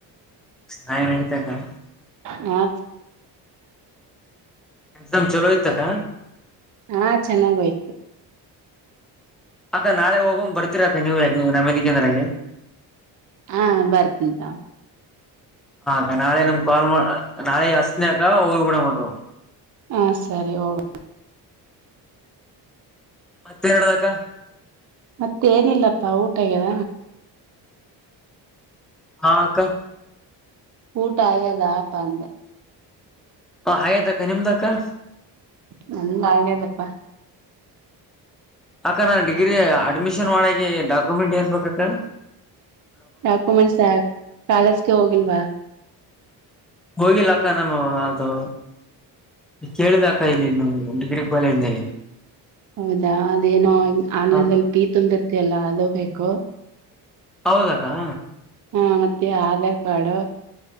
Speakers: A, in the centre; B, on the right.
A: ಸ್ಾಯಿ ನಡತಬೇಕ
B: ಹಾ
A: ಎಕ್ಸಾಮ್ ಚಲೋ ಐ್ತಕ್ಕ
B: ಹಾ ಚೆನ್ನಾಗೋಯ್ತು
A: ಅಕ್ಕ ನಾಳೆ ಹೋಗ್ ಬರ್ತೀರ ಅಾ ನೀವು ಯ ನಮ್ಮಲಿಿಕಂದ್ರೆ
B: ಹಾ ಬರ್ತಂತ
A: ಹೆ ನಾಳೆ ನಮ್ ಕಾಲ್ ನಾಳೆ ಹಸ್ನಕ ಹೋಗ್ಬ ಬಿಡ ಮದ
B: ಹ ಸರಿ ಹೋಗ
A: ಮತ್ತೆರಡದಕ
B: ಮತ್ತೆ ಏನಿಲ್ಲಪ್ಪಾ ಊಟಗ್ಯದ
A: ಹಾಕ್ಕ
B: ಊಟ ಆಗ್ಯದ ಆಪ್ಪ ಅಂದೆ
A: ಹ ಹಾಗಯ್ತಕ್ಕ ನಿಮ್ದಕ
B: ನನ್ ಹಾಗ್ಯದಪ್ಪಾ
A: ಅಕ್ಕ ನಾನ್ ಡಿಗ್ರಿ ಅಡ್ಮಿಷನ್ ಮಾಡಕ್ಕೆೆ ಡಾಕ್ಯುಮೆಂಟ್ ಏನ್ ಬಬೇಕಕ್ಕಾ
B: ಡಾಕ್ಯುಮೆಂಟ್ಸ್ ಯಾ ಕಾಲೇಜ್ಗೆ ಹೋಗಿಲ್ವಾ
A: ಹೋಗಿಲ್ಲಕ್ಕ ನಾನು ಅದು ಕೇಳಿದಕ ಇಲ್ಲಿ ನೀ ಡಿಗ್ರಿ ಕಾಲೇಜ್ನಲ್ಲಿ
B: ಹೌದಾ ಅದೇನೋ ಆನ್ಲೈನ್ದಲ್ಲಿ
A: ಹ
B: ಪೀ ತುಂಬಿರ್ತಿಯಲ್ಲಾ ಅದು ಬೇಕು
A: ಹೌದಕ್ಕಾ
B: ಹಾ ಮತ್ತೆ ಆಧಾರ್ ಕಾರ್ಡ್